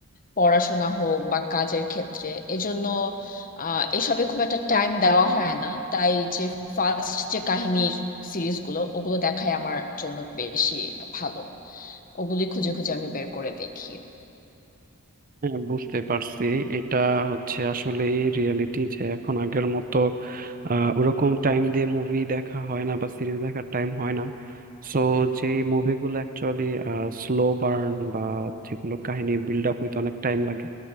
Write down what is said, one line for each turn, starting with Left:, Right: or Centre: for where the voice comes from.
Left: পড়াশোনা হোক বা কাজের ক্ষেত্রে এজন্য আহ এসবে খুব একটা টাইম দেওয়া হয় না তাই যে ফার্স্ট যে কাহিনীর সিরিজগুলো ওগুলো দেখাই আমার জন্য বেশি ভালো ওগুলি খুঁজে খুঁজে আমি বের করে দেখি
Right: হ্যাঁ বুঝতে পারছি এটা হচ্ছে আসলে রিয়েলিটি যে এখন আগের মতো আহ, ওরকম টাইম দিয়ে মুভি দেখা হয় না বা সিরিজ দেখার টাইম হয় না সো যে মুভিগুলো অ্যাকচুয়ালি স্লো বার্ন বা যেগুলো কাহিনী বিল্ড আপ হইতে অনেক টাইম লাগে